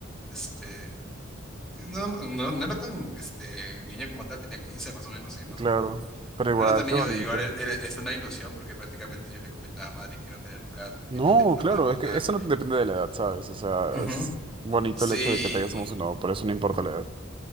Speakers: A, in the centre; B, on the right (about 25°).
A: este, que no, no, no era tan, este, niño como tal, tenía 15 más o menos, sí, más
B: Claro,
A: o menos.
B: pero igual,
A: No era tan
B: qué
A: niño,
B: bonito.
A: igual e- e- es una ilusión porque prácticamente yo le comentaba a madre, quiero tener un gato, quiero
B: No,
A: tener una
B: claro,
A: mascota.
B: es que eso no depende de la edad, ¿sabes? O sea,
A: Ujú.
B: es bonito
A: Sí,
B: el hecho de que te hayas emocionado, pero eso no importa la edad.